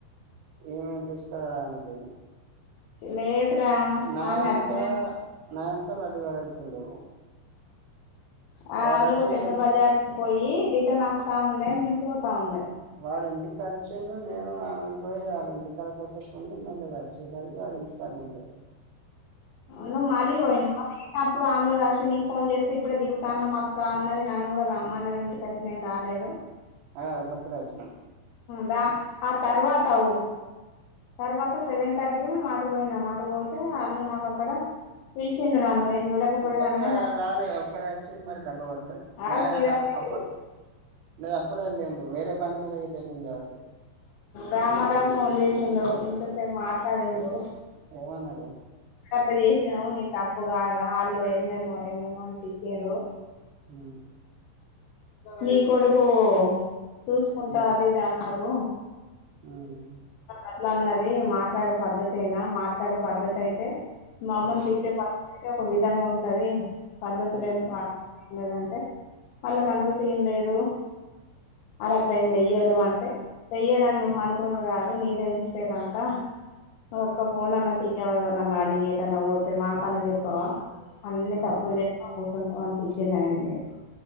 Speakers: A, on the right; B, on the left.
A: ఏమని తీసుకురావడానికి
B: లేదురా
A: నా
B: ఆమె
A: ఎనుక
B: వచ్చిన
A: నా వెనుక లడ్డు గాడు వచ్చిండు
B: వాళ్ళు
A: వాడొచ్చి
B: పెద్ద బజార్ పోయి రిటర్న్వస్తా ఉండే మేము పోతా ఉండే
A: వాళ్ళ ఇంటి కా వచ్చిండు నేను ఆమే పోయి వాళ్ళ ఇంటికాడ కాసేపు ఉండి మళ్ళా ఇగ వచ్చేసరికి వాళ్ల ఇంటికాన్నే ఉండు
B: నువ్వు మళ్ళీ పోయినవా నేను అప్పుడు అన్నె కలిసింది ఫోన్ చేస్తే ఇప్పుడే దిగుతానము అక్క అన్నది నన్ను కూడా రమ్మన్నది ఇంటికాడికి నేను రాలేదు
A: ఆ గప్పుడే వచ్చినాం
B: దా ఆ తర్వాత అవు తర్వాత సెవెన్ థర్టీకి మేముఅటు పోయినాం అటుపోతే పవాళ్ళు నాకు అక్కడ పిలిచిండు నన్ను నేను చూడకపోయేదాన్ని
A: లేదు వాయి
B: గాని నాకు
A: రాలేదు ఒక్కడే వచ్చిండు మరి డబ్బా పట్టుకొని
B: ఆడ
A: మే
B: సీదా పోయిండు
A: అప్పు లేదు అప్పుడే వెళ్ళిండు వేరే బండిమీద గిట్ల వెళ్ళిండు కావచ్చు
B: రామారావు ఫోన్ చేసిండు ఇంతసేపు మాట్లాడిండు
A: ఏమనాడు
B: ఇట్లా చేసినావు నీ తప్పు కాదా వాళ్ళు ఏమేమో ఏమేమో అనిపించ్రు
A: హ
B: నీ కొడుకు చూసుకుంటా
A: ఉమ్,
B: అది అది ఇది అన్నడు
A: ఉమ్,
B: ఇట్లా అన్నది మాట్లాడే పద్ద్దతి అయినా మాట్లాడే పద్ద్దతి అయితే మమ్మల్ని
A: ఉమ్,
B: తిట్టే పద్ధతి అ ఒక విధంగా ఉంటంది పద్ధతి
A: ఉమ్,
B: లేదు పాడు లేదు అంటే వాళ్ళకి అంత సీన్ లేదు అర అట్లా ఏంజయ్యరు అంటే చెయ్యరని నువ్వు అనుకున్నా కాదు నీదే మిస్టేక్ అంతా ఒక్క ఫోన్ అన్నా చెయవా ఎవనన్నా అడిగి ఏటన్నా పోతే మాక అన్నా చెప్పావా అన్ని
A: ఉమ్,
B: తప్పులు చేసినా కూర్చుంటాం అని తిట్టింద నేను